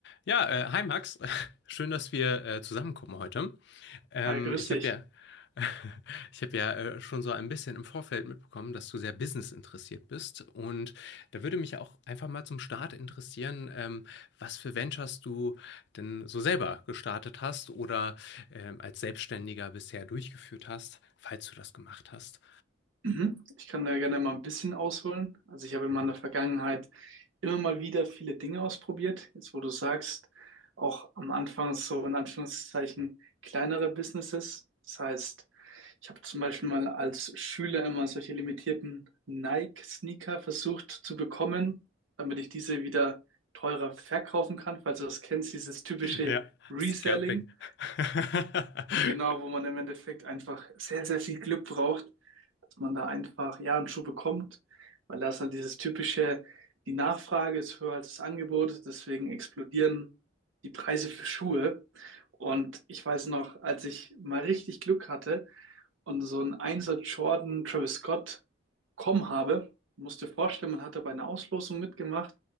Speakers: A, on the left; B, on the right.
A: Ja, äh, hi Max, <laughs> schön, dass wir äh, zusammenkommen heute. Ähm,
B: Hi, grüß
A: ich
B: dich.
A: habe ja, <laughs> ich habe ja äh, schon so ein bisschen im Vorfeld mitbekommen, dass du sehr Business interessiert bist und da würde mich auch einfach mal zum Start interessieren, ähm, was für Ventures du denn so selber gestartet hast oder ähm, als Selbstständiger bisher durchgeführt hast, falls du das gemacht hast.
B: Mhm. Ich kann da gerne mal ein bisschen ausholen. Also ich habe in
A: <laughs>
B: meiner Vergangenheit immer mal wieder viele Dinge ausprobiert. Jetzt, wo du sagst, auch am Anfang so in Anführungszeichen kleinere Businesses. Das heißt, ich habe zum Beispiel mal als Schüler immer solche limitierten Nike-Sneaker versucht zu bekommen, damit ich diese wieder teurer verkaufen kann. Falls du das kennst, dieses typische
A: Ja,
B: Reselling.
A: Scalping. <laughs>
B: Genau, wo man im Endeffekt einfach sehr, sehr viel Glück braucht dass man da einfach ja einen Schuh bekommt, weil da ist halt dieses typische, die Nachfrage ist höher als das Angebot, deswegen explodieren die Preise für Schuhe. Und ich weiß noch, als ich mal richtig Glück hatte und so einen Einser Jordan Travis Scott bekommen habe, musst dir vorstellen, man hatte bei einer Auslosung mitgemacht